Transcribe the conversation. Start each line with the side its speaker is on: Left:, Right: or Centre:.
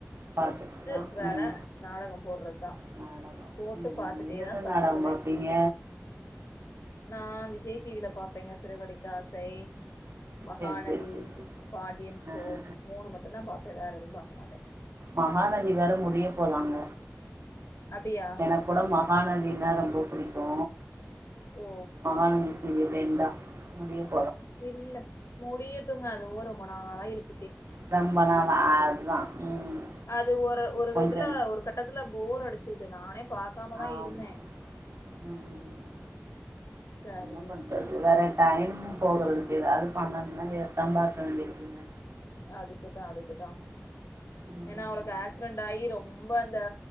Right: பாத்துட்டுதா
Left: பஸ்ட்டு வேல
Right: ம்
Left: நாடகம் போடுறதுதான்
Right: நாடகம்
Left: போட்டு
Right: ம்
Left: பார்த்துட்டே
Right: ம் என்னென்ன
Left: தான் சாப்பிடுவேன்
Right: நாடகம் பாப்பீங்க
Left: நான் விஜய் டி வில பார்ப்பேங்க சிறகடிக்க ஆசை மகாநதி
Right: செரி செரி செரி செரி செரி
Left: பாண்டியன் ஸ்டோர்ஸ்
Right: ஆ ஆ
Left: மூணு மட்டும்தான் பாாரப்பேன் வேற எதுவும் பார்க மாட்டேன்
Right: மகநதி வேற முடிய போலாங்க
Left: அப்டியா
Right: என கூட மா மானநீங்கதா ரொம்ப பிடிக்கு
Left: ஓ
Right: மானனீஸ் செய்ய வேண்டா முடியத்
Left: இல்ல முடியட்டுங்க அதுவும் ரொம்ப நாளா இழித்
Right: தொம்ப நாளா அதுதா ம்
Left: அது ஒரு ஒரு
Right: கொஞ்ச
Left: இதுல ஒரு கட்டத்துல போர் அடுச் ச்சுது நானே பாக்காமதா
Right: ஆம்மா
Left: இருந்தே
Right: உம்
Left: சரி
Right: என்ன பண்றது வேற டைம் போறது து அது பண்ணன்னா இதத்தான் பாக்க வேண்டியிருக்குங்க
Left: அதுக்குதா அதுக்குதா
Right: ம் ம்
Left: ஏனா
Right: ம்
Left: அவுளுக்கு
Right: ம்
Left: ஆக்சிடென்ட்டாகி ரொம் ரொம்ப அந்த